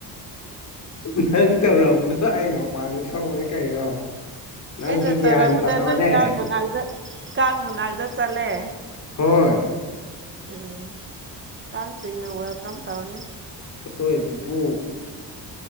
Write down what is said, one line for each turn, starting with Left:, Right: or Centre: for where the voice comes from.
Left: ꯅꯪ ꯇꯧꯔꯛꯄꯗꯣ ꯑꯩ ꯃꯄꯥꯟꯗ ꯊꯣꯛꯎꯔꯦ ꯀꯩꯅꯣ ꯅꯪꯁꯨ
Right: ꯑꯩꯅ
Left: ꯒ꯭ꯌꯥꯟ
Right: ꯇꯧꯔꯛꯄꯗ
Left: ꯇꯥꯑꯣꯅꯦ
Right: ꯅꯪ ꯀꯥꯡ ꯃꯅꯥꯛꯇ ꯀꯥꯡ ꯃꯅꯥꯛꯇ ꯆꯠꯂꯦ
Left: ꯍꯣꯏ
Right: ꯎꯝ ꯀꯥꯡ ꯁꯤꯡꯅ ꯋꯦꯜꯀꯝ ꯇꯧꯅꯤ
Left: ꯑꯩꯈꯣꯏ ꯄꯨꯄꯨ